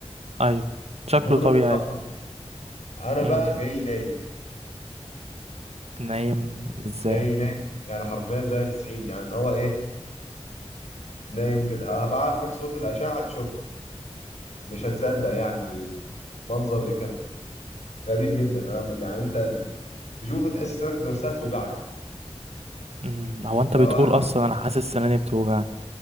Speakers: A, on the right; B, on the left.
A: ايوه شكله
B: المفروض انه
A: طبيعي
B: يطلع فوق انا بقى
A: امم
B: جاي نايم
A: نايم ازاي
B: جاي نايم يعني حرفيا زي 90 يعني اللي هو ايه نايم كده هبعت لك صورة الأشعة تشوفها مش هتصدق يعني المنظر ايه كان غريب جدا أنا- يعني انت تشوفه تحس انك كنت نفسها بتوجعك
A: امم هو
B: اللي
A: انت بتقول
B: هو تحس-
A: اصلا انا حاسس سناني بتوجعني